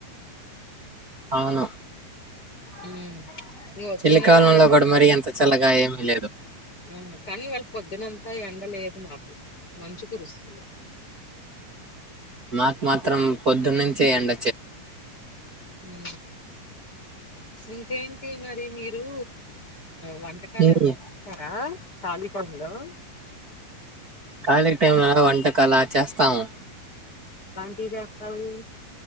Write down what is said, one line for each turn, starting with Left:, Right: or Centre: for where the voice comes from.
Right: అవును
Left: ఉమ్ ఇంగ వచ్చే
Right: చలి
Left: నెల
Right: కాలంలో కూడా మరి ఎంత చల్లగా ఎ లేదు
Left: ఆ కానీ ఇవాళ పొద్దునంతా ఎండలేదు మాకు మంచు కురుస్తుంది.
Right: మాకు మాత్రం పొద్దున్న నుంచే ఎండ
Left: ఉమ్ ఇంకేంటి మరి మీరూ. వంటకాలు
Right: హ్మ్
Left: ఏమన్నా చేస్తార ఖాళీ టైం లో
Right: ఖాళీ టైమ్ లోన వంటకాల చేస్తాము
Left: ఏం చేస్తావు